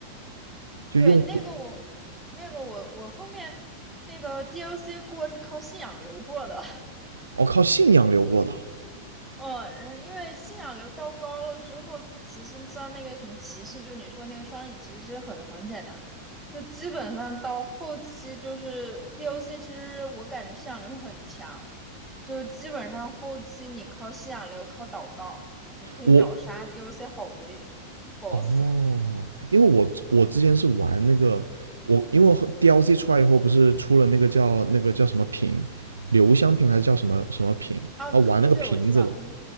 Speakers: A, on the right (about 75°); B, in the centre.
A: 就用火。
B: 对，那个我，那个我，我后面那个 DLC 过是靠信仰流过的。
A: 哦，靠信仰流过的。
B: 哦，然后因为信仰流到高了之后，其实像那个什么歧视，就是你说那个双影，其实是很很简单，就基本上到后期就是 DOC，其实我感觉信仰流很强，就是基本上后期你靠信仰流靠祷告，你可以秒杀
A: 我
B: DOC 好多 BOSS
A: 哦，因为我我之前是玩那个我，因为和 DLC 出来以后不是出了那个叫那个叫什么瓶，留香瓶还是叫什么什么瓶啊？
B: 啊，对对对，
A: 玩那个瓶子了。
B: 我知道，